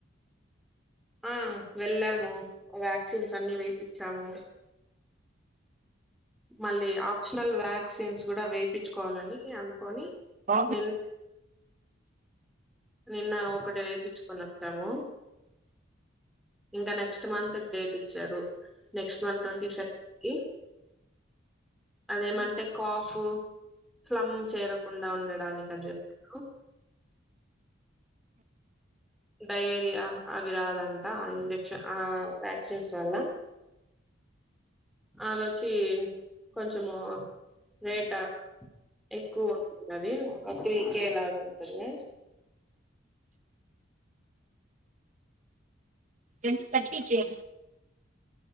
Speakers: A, in the centre; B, on the right (about 40°).
A: ఆ వెళ్ళాము వ్యాక్సిన్స్ అన్ని వేపిచ్చాము మళ్ళీ ఆప్షనల్ వ్యాక్సిన్స్ కూడా వేయిించుకోవాలని అనుకొని
B: బాబు
A: నిన్ నిన్న ఒకటి వేపిచ్చుకొని ఒచ్చాము ఇంక నెక్స్ట్ మంత్ డేట్ ఇచ్చారు నెక్స్ట్ మంత్ ట్వంటీ సెకన్ కి అదేమన్ టే కాఫ్ ఫ్లమ్ చేరకుండా ఉండడానికని చెప్పీరు డయేరియా అవి రాదంట ఆ ఇంజెక్షన్ ఆ వ్యాక్సిన్స్ వల్ల
B: అ
A: అదొచ్చీ కొంచెమూ రేటా ఎక్కువ ఉంటది అది ఒక పీకే లాగా ఉంటుంది
B: ఎన్ తట్టి జె